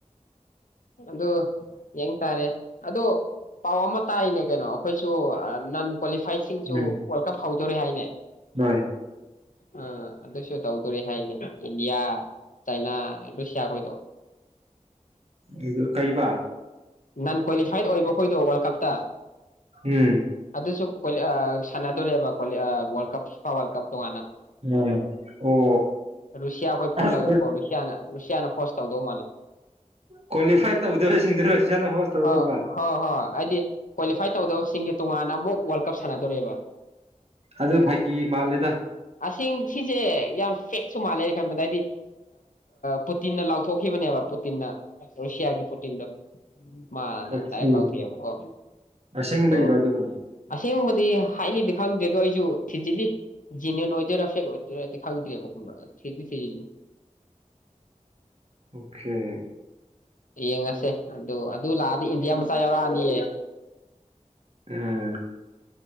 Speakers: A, on the left; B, on the right.
A: ꯑꯗꯨꯗ ꯌꯦꯡ ꯇꯥꯔꯦ ꯑꯗꯣ ꯄꯥꯎ ꯑꯃ ꯇꯥꯏꯅꯦ ꯀꯩꯅꯣ ꯑꯩꯈꯣꯏꯁꯨ ꯅꯟ ꯀ꯭ꯋꯥꯂꯤꯐꯥꯏꯁꯤꯡꯁꯨ
B: ꯎꯝ
A: ꯋꯥꯔꯜ ꯀꯞ ꯐꯥꯎ ꯗꯔꯦ ꯍꯥꯏꯅꯦ
B: ꯍꯣꯏ
A: ꯑ ꯑꯗ ꯇꯧꯗꯔꯤ ꯍꯥꯏꯅꯦ ꯏꯟꯗꯤꯌꯥ ꯆꯩꯥꯏꯅꯥ ꯔꯨꯁꯤꯌꯥ ꯈꯣꯏꯗꯣ
B: ꯑꯗꯨ ꯀꯩꯕꯥ
A: ꯅꯟ ꯀ꯭ꯋꯥꯂꯤꯐꯥꯏꯠ ꯑꯣꯏꯕ ꯑꯩꯈꯣꯏꯗꯣ ꯋꯥꯔꯜ ꯀꯞꯇ
B: ꯎꯝ
A: ꯑꯗꯁꯨ ꯁꯥꯟꯅꯗꯣꯔꯦꯕ ꯋꯥꯔꯜ ꯀꯞ ꯋꯥꯔꯜ ꯀꯞ ꯇꯣꯉꯥꯟꯅ
B: ꯎꯝ ꯑꯣ
A: ꯔꯨꯁꯤꯌꯥ ꯑꯩꯈꯣꯏ ꯄꯨꯜꯂꯒ
B: ꯑꯁ
A: ꯀꯣ ꯔꯨꯁꯤꯌꯥꯅ ꯔꯨꯁꯤꯌꯥꯅ ꯍꯣꯁ ꯇꯧꯗꯧ ꯃꯥꯜꯂꯦ
B: ꯀ꯭ꯋꯥꯂꯤꯐꯥꯏꯠ ꯇꯧꯗꯕꯁꯤꯡꯗꯨꯔ ꯁꯤꯅ ꯍꯣꯁ ꯇꯧꯗꯧꯕ
A: ꯍꯣꯏ ꯍꯣꯏ ꯍꯣꯏ ꯍꯥꯏꯗꯤ ꯀ꯭ꯋꯥꯂꯤꯐꯥꯏ ꯇꯧꯗꯕꯁꯤꯡꯒꯤ ꯇꯣꯉꯥꯟꯅ ꯑꯃꯛ ꯋꯥꯔꯜ ꯀꯞ ꯁꯥꯟꯅꯗꯣꯔꯦꯕ
B: ꯑꯗꯨ ꯐꯒꯤ ꯃꯥꯜꯂꯦꯗ
A: ꯤꯡ ꯁꯤꯁꯦ ꯌꯥꯝ ꯐ ꯁꯨ ꯃꯥꯜꯂꯦꯅꯦ ꯈꯟꯕꯗ ꯍꯥꯏꯏꯗꯤ ꯄꯨꯇꯤꯟꯅ ꯂꯥꯎꯊꯣꯛꯈꯤꯕꯅꯦꯕ ꯄꯨꯇꯤꯟꯅ ꯔꯨꯁꯤꯌꯥꯒꯤ ꯄꯣꯇꯤꯟꯗꯣ ꯃꯥꯅ
B: ꯑꯣꯀꯦ
A: ꯗꯥꯏꯔꯦꯛ ꯂꯥꯎꯊꯣꯛꯑꯦꯕꯀꯣ
B: ꯑꯁꯦꯡꯕꯩꯔꯣ
A: ꯑꯗꯣ
B: ꯑꯗꯨꯕꯨ
A: ꯑꯁꯦꯡꯕꯗꯤ ꯍꯥꯏꯂꯤꯗꯤ ꯈꯪꯗ꯭ꯔꯦ ꯑꯗꯨꯗꯣ ꯑꯩꯁꯨ ꯊꯤꯖꯤꯜꯂꯤ ꯖꯤꯅꯤꯌꯟ ꯑꯣꯏꯗꯣꯏꯔꯥ ꯐꯦꯛ ꯑꯣꯏꯗꯣꯏꯔꯥꯗꯤ ꯈꯪꯗ꯭ꯔꯦꯕ ꯊꯦꯇ ꯆ ꯏꯗꯤ
B: ꯑꯣꯦꯅꯦ
A: ꯌꯦꯡꯉꯁꯦ ꯑꯗꯨ ꯑꯗꯨ ꯂꯥꯛꯑꯗꯤ ꯏꯟꯗꯤꯌꯥ ꯃꯆꯥ ꯌꯥꯎꯔꯛꯑꯅꯤꯌꯦ
B: ꯎꯝ